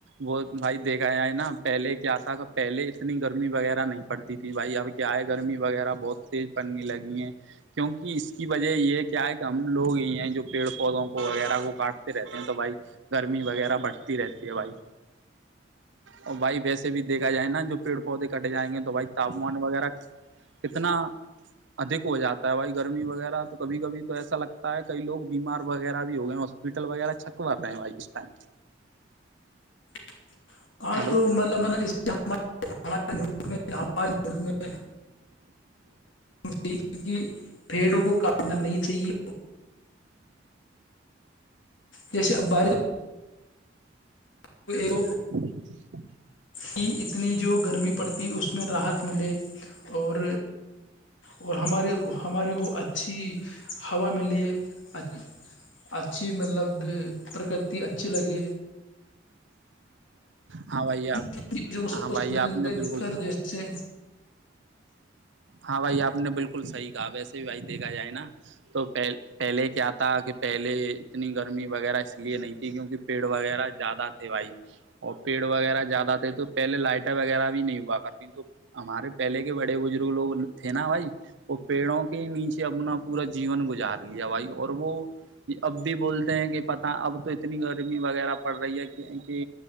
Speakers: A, on the right; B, on the left.
A: وہ بھائی دیکھا ہے نا پہلے کیا تھا پہلے اتنی گرمی وغیرہ نہیں پڑتی تھی بھائی اب کیا ہے گرمی وغیرہ بہت تیز پڑنے لگی ہیں کیونکہ اس کی وجہ یہ کیا ہے کم لوگ ہیں جو پیڑ پودوں کو وغیرہ کو کاٹتے رہتے ہیں تو بھائی گرمی وغیرہ بڑھتی رہتی ہے بھائی اور بھائی وس بھی دھا جائے نا جو پیڑ پودے کٹے جائیںے تو بائی تاپمان وغیرہ کتنا ادھک ہو جاتا ہے بھائی گرمی وغیرہ تو کبھی کبھی تو ایسا لگ کئی لگ بیمار وغیرہ بھی ہو گئے ہیں ہاسپٹل وغیرہ چھک ب رہ ہیں بھائی کس ٹائم
B: <unintelligible> ہاں
A: ہلو
B: تو مطلب ہے نا جیس ہمارےک میں ہمارے ملک میں کیونکہ پیڑوں کو کاٹنا نہیں چاہیے جش عبارش <unintelligible>
A: اچ
B: کہ اتنی جو گرمی پڑتی اس میں راحت ملے اور اور ہمارے کو ہمارے کو اچھی ہوا ملے ا اچھی مطلب پرکرتی اچھی لگے
A: ہاں بھائی
B: چیز
A: آپ
B: کو س
A: ہاں بھائی آپ نے بالکل
B: سر جیسے
A: ہاں بھائی آپ نے بالکل صحی کہا ویسے بھی بھائی دیکھا جائے نا تو پہل پہلے کیا تھا کہ پہلے اتنی گرمی وغیرہ اس لیے نہیں تھی کیونکہ پیڑ وغیرہ زیادہ تھے وھائی اور پیڑ وغیرہ زیادہ تھے تو پہلے لائٹر وغیرہ بھی نہیں ہوا کرتی تو ہمارے پہلے کے بڑے بزرگ لوگ تھے نا بھائی وہ پیڑوں کے نیچے اپنا پورا جیون گزار لیا بھائی اور وہ کہ اب بھی بولتے ہیں کہ پتہ اب تو اتنی گرمی وغیرہ پڑ رہی ہے کہ کہ